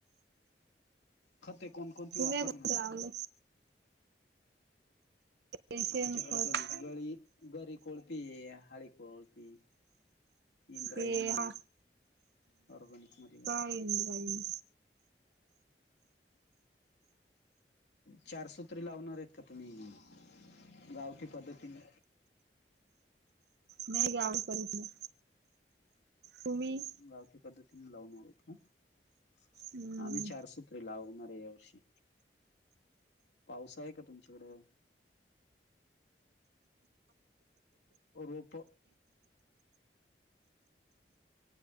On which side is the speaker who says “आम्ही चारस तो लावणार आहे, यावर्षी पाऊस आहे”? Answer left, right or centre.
Left